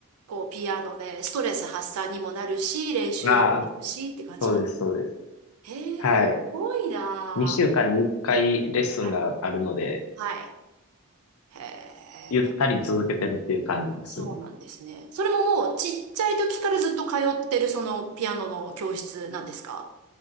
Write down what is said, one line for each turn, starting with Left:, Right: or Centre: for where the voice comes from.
Right: こう、ピアノでストレス発散にもなるし、練習にもなるしって感じな。
Left: まあ、そうです、そうです。
Right: へえ、
Left: はい。
Right: すごいなあ。
Left: 2週間に1回レッスンがあるので、
Right: はい。はい。へ
Left: ゆったり続けてるっていう感じですね。
Right: え、なそうなんですね。それももうちっちゃい時からずっと通ってるそのピアノの教室なんですか